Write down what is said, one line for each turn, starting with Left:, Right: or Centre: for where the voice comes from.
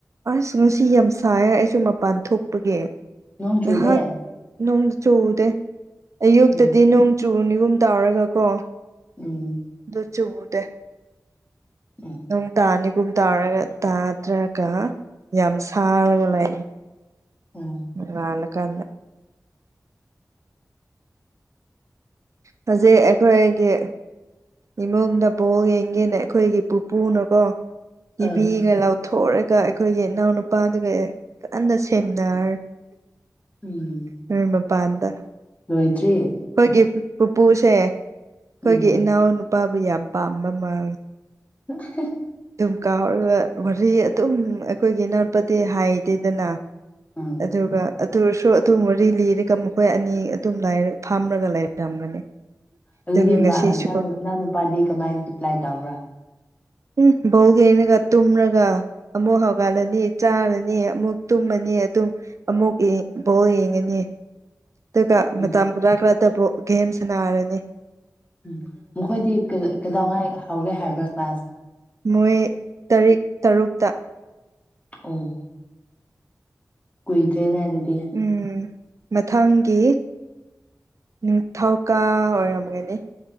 Right: ꯑꯁ ꯉꯁꯤ ꯌꯥꯝ ꯁꯥꯏ ꯑꯩꯁꯨ ꯃꯄꯥꯟ ꯊꯣꯛꯄꯒꯤ
Left: ꯅꯣꯡ ꯆꯨꯗꯦ
Right: ꯉꯍꯥꯛ ꯅꯣꯡ ꯆꯨꯗꯦ ꯑꯌꯨꯛꯇꯗꯤ
Left: ꯎꯝ
Right: ꯅꯣꯡ ꯆꯨꯅꯤꯒꯨꯝ ꯇꯧꯔꯒ ꯀꯣ
Left: ꯎꯝ
Right: ꯑꯗꯨ ꯆꯨꯗꯦ
Left: <inaudible>
Right: ꯅꯣꯡ ꯇꯥꯅꯤꯒꯨꯝ ꯇꯥꯔꯒ ꯇꯥꯗ꯭ꯔꯒ ꯌꯥꯝ ꯁꯥꯔꯒ ꯂꯩ
Left: ꯎꯝ
Right: ꯅꯣꯉꯥꯜꯂꯛꯀꯟꯗꯥ ꯐꯖꯩ ꯑꯩꯈꯣꯏꯒꯤ ꯏꯃꯨꯡꯗ ꯕꯣꯜ ꯌꯦꯡꯒꯦꯅ ꯑꯩꯈꯣꯏꯒꯤ ꯄꯨꯄꯨꯅꯀꯣ ꯇꯤꯚꯤꯒ
Left: ꯑꯥ
Right: ꯂꯧ ꯊꯣꯛꯔꯒꯥ ꯑꯩꯈꯣꯏꯒꯤ ꯏꯅꯥꯎꯅꯨꯄꯥꯗꯨꯒ ꯀꯟꯅ ꯁꯦꯟꯅꯔꯦ
Left: ꯎꯝ
Right: <unintelligible> ꯃꯄꯥꯟꯗ
Left: ꯂꯣꯏꯗꯔ꯭ꯤ
Right: ꯑꯩꯈꯣꯏꯒꯤ ꯄꯨꯄꯨꯁꯦ ꯑꯩꯈꯣꯏꯒꯤ
Left: ꯎꯝ
Right: ꯏꯅꯥꯎ ꯅꯨꯄꯥꯕꯨ ꯌꯥꯝ ꯄꯥꯝꯕ ꯃꯥꯜꯂꯦ
Left: <inaudible>
Right: ꯑꯗꯨꯝ ꯀꯥꯎꯔꯒ ꯋꯥꯔꯤ ꯑꯗꯨꯝ ꯑꯩꯈꯣꯏꯒꯤ ꯏꯅꯥꯎꯄꯗꯤ ꯍꯥꯏꯗꯦꯗꯅ
Left: <inaudible>
Right: ꯑꯗꯨꯒ ꯑꯗꯨꯔꯁꯨ ꯑꯗꯨꯝ ꯋꯥꯔꯤ ꯂꯤꯔꯒ ꯃꯈꯣꯏ ꯑꯅꯤ ꯑꯗꯨꯝ ꯐꯥꯝꯔꯥꯒ ꯂꯩꯔꯝꯒꯅꯤ
Left: ꯑꯗꯨꯗꯤ
Right: ꯑꯗꯨ ꯉꯁꯤꯁꯨ
Left: ꯅ ꯅꯪ ꯅꯨꯄꯥꯗꯤ ꯀꯃꯥꯏꯅ ꯔꯤꯄ꯭ꯂꯥꯏ ꯇꯧꯕ꯭ꯔꯥ
Right: ꯎꯝ ꯕꯣꯜ ꯌꯦꯡꯔꯒꯥ ꯇꯨꯃ꯭ꯔꯒ ꯑꯃꯨꯛ ꯍꯧꯒꯠꯂꯅꯤ ꯆꯥꯔꯅꯤ ꯑꯃꯨꯛ ꯇꯨꯝꯃꯅꯤ ꯑꯗꯨꯝ ꯑꯃꯨꯛ <unintelligible> ꯕꯣꯜ ꯌꯦꯡꯉꯅꯤ ꯑꯗꯨꯒ
Left: ꯎꯝ
Right: ꯃꯇꯝ ꯈꯔꯥ ꯈꯔꯥꯗꯕꯨ ꯒꯦꯝ ꯁꯟꯅꯔꯅꯤ
Left: ꯎꯝ ꯃꯈꯣꯏꯗꯤ ꯀꯗꯥꯧꯉꯥꯏ ꯍꯧꯥꯒꯦ ꯍꯥꯏꯕ꯭ꯔꯥ ꯀ꯭ꯂꯥꯁ
Right: ꯃꯣꯏ ꯇꯔꯤꯛ ꯇꯔꯨꯛꯇ
Left: ꯎꯝ ꯀꯨꯏꯗ꯭ꯔꯦꯅꯦ ꯑꯗꯨꯗꯤ
Right: ꯎꯝ ꯃꯊꯪꯒꯤ ꯅꯤꯊꯧꯀꯥ ꯑꯣꯏꯔꯝꯒꯅꯤ